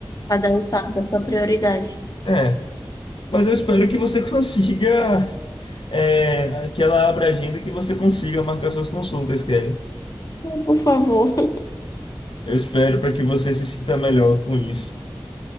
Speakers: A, on the left; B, on the left.
A: Cada um sabe da sua prioridade.
B: É, mas eu espero que você <laughs> consiga, é, que ela abra a agenda e que você consiga marcar suas consultas, Kelly.
A: Por favor. <laughs>
B: Eu espero para que você se sinta melhor com isso.